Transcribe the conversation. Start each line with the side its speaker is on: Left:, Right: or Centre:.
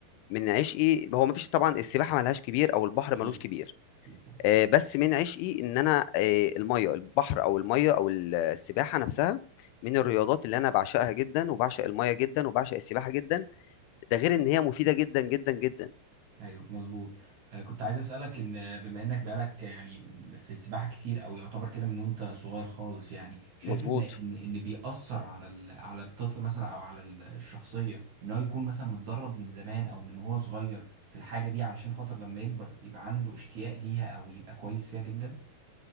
Left: من عشقي هو مفيش طبعا السباحه ملهاش كبير او البحر
Right: اكيد
Left: ملوش كبير
Right: اكيد طبعا
Left: آه، بس من عشقي ان انا آه، الميه البحر او الميه او ال- السباحه نفسها من الرياضات اللي انا بعشقها جدا وبعشق الميه جدا وبعشق السباحه جدا ده غير ان هي مفيده جدا جدا جدا
Right: ايوه مظبوط آه، كنت عايز اسالك ان آه، بما انك بقالك آه، يعني في السباحه كتير او يعتبر كده من وانت صغير خالص يعني شايف
Left: مظبوط
Right: ان ان ان بيأثر على ال- على الطفل مثلا او على ال- الشخصيه ان هو يكون مثلا متدرب من زمان او من وهو صغير في الحاجه دي علشان خاطر لما يكبر يبقى عنده اشتياق ليها او يبقى كويس فيها جدا